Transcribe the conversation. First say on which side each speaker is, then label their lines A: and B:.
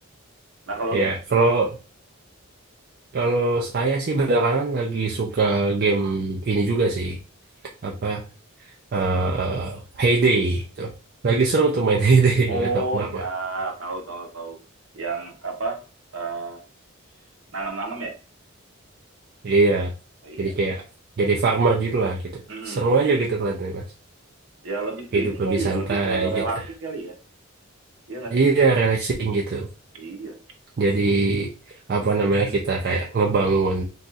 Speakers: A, on the right; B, on the right.
A: nah kalau
B: Iya,
A: lu gimana
B: kalau kalau saya sih belakangan lagi suka game ini juga sih. Apa eh Heyday itu. Lagi seru tuh main <laughs> Heyday,
A: oh
B: nggak tahu kenapa.
A: ya tahu tahu tahu yang apa eh, nanam-nanam ya
B: Iya.
A: Oh, iya
B: Jadi kayak jadi farmer gitu lah gitu.
A: Hmm,
B: Seru aja
A: hmm.
B: gitu kelihatannya, Mas.
A: ya lebih ke
B: hidup
A: ini
B: lebih
A: kali
B: santai
A: ya lebih ke relaxing
B: gitu.
A: kali ya iya nggak sih
B: Iya, relaxing gitu.
A: iya
B: Jadi apa namanya kita kayak ngebangun